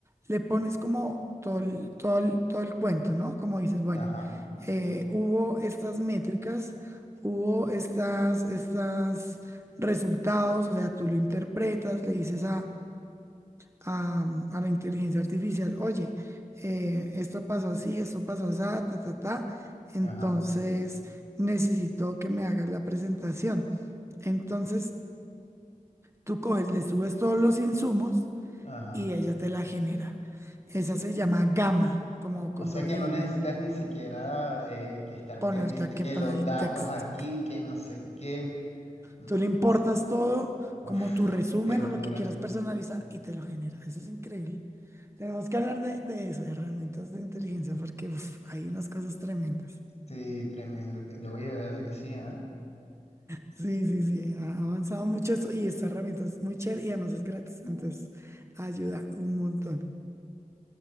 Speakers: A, on the right; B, on the left.
A: le pones como todo el, todo el- todo el cuento, ¿no? Como dices, bueno,
B: Ajá,
A: eh, hubo estas métricas, hubo estas, estas resultados, o sea, tú lo interpretas, le dices a, a la inteligencia artificial, oye, eh, esto pasó así, esto pasó así, ta, ta, ta, entonces
B: ajá,
A: necesito que me hagas la presentación. Entonces tú coges, le subes todos los insumos
B: ajá.
A: y ella te la genera. Esa se llama gama, como con
B: O sea
A: doble
B: que no
A: M.
B: necesitas ni siquiera eh, que estar
A: Ponerte
B: pendiente
A: aquí
B: que
A: poner
B: los
A: el
B: datos
A: texto.
B: aquí, que no sé qué. Mm,
A: Tú le importas
B: tsu-
A: todo,
B: uf,
A: como tu resumen
B: qué locura.
A: o lo que quieras personalizar, y te lo genera. Eso es increíble. Tenemos que hablar de, de eso, de herramientas de inteligencia, porque uf, hay unas cosas tremendas.
B: Sí, tremendo. que- De oye, de verdad que sí,
A: Sí, sí, sí, ha ha avanzado mucho eso, y esta herramienta es muy chévere y además es gratis, entonces
B: ¿ah?
A: ayuda un montón.